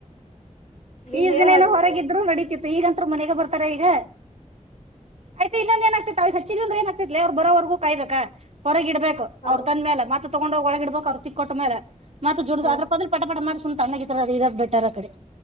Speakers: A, on the left; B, on the right.
A: ನೀ
B: ಈ
A: ಹೇ
B: ದಿನೇನು
A: ಹಚ್
B: ಹೊರಗಿದ್ರು ನಡತಿತ್ತು ಈಗಂತರು ಮನೆಗೆ ಬರ್ ಈಗ ಅರ್ಪಿ ಇನ್ನೊಂದ ಏನಾಗ್ತ ತ ಚಿಗ ಅಂದ್ರ ಏನ್ ಆಗತ್ತ ಲೇ ಬರವರೆಗೂ ಕಾಯಬೇಕ ಹೊರಗ ಇಡ್ಬೇಕು
A: ಹೌ
B: ಅವ್ರ ತಂದ ಮೇಲ ಮತ ತಗೊಂಡೋಗ ಒಳಗ ಇಡಬೇಕ್ ಅವ್ರ ಕ್ಕ ಕೊಟ್ಟ ಮಾರ ಮತ್ತ ಜಡು
A: ಹೌದು
B: ಅದ್ರ ಬದ್ಲ ಪಟ ಪಟ ಮಾಡಿ ಸುಮ್ಮ ತನ್ನಗಿದ್ರ ಅದ ಇರದ ಬ ಬೆಟರ್ ಆಕಡಿ